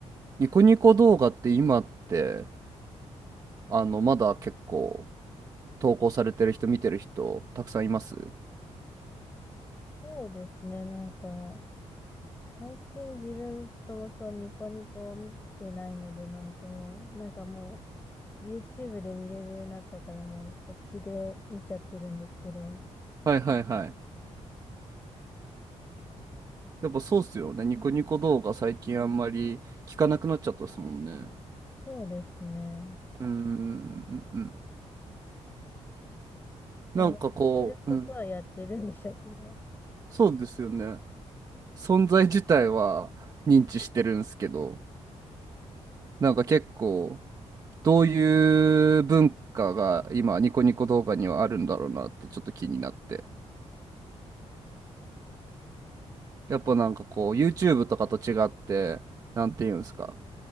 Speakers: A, on the right; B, on the left.
A: ニコニコ動画って今ってあのまだ結構投稿されてる人見てる人たくさんいます
B: そうですね。なんか、最近自分そもそもニコニコを見てないので、なんとも、なんかもう YouTube で見れるようになったから、もうそっちで見ちゃってるんですけど、
A: はいはいはい。やっぱそうっすよね。ニコニコ動画最近あんまり聞かなくなっちゃったですもんね。
B: そうですね。
A: うーんうんうん。
B: まあ、
A: なんかこう、
B: やってることはやってるんでしょうけど、
A: うん、そうですよね。存在自体は認知してるんすけど、なんか結構どういう文化が今ニコニコ動画にはあるんだろうなってちょっと気になって。やっぱなんかこう YouTube とかと違って、なんていうんですか。